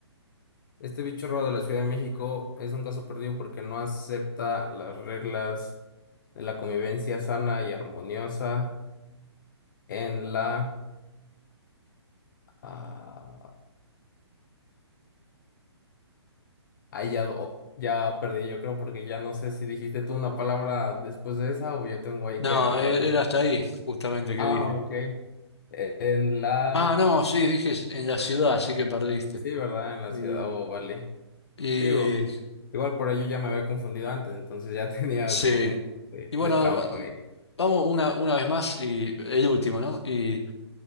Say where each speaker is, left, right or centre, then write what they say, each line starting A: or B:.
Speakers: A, on the left; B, on the left.
A: Este bicho raro de la Ciudad de México es un caso perdido porque no acepta las reglas de la convivencia sana y armoniosa en la... ah, ahí ya, do- ya perdí, yo creo, porque ya no sé si dijiste tú una palabra después de esa o yo tengo ahí
B: No,
A: que agregar.
B: e-
A: una.
B: era hasta ahí, justamente, que
A: Ah,
B: dije.
A: ok. Eh, En la...
B: Ah, no, sí, dije s- en la ciudad, así que perdiste.
A: Sí, ¿verdad? En la
B: Y,
A: ciudad, oh, vale.
B: y
A: Digo, igual por ello ya me había confundido antes, entonces ya <laughs> tenía
B: sí.
A: como que un poco de,
B: Y bueno,
A: de trampa.
B: va-
A: ahí.
B: vamos una, una vez más y el último, ¿no? Y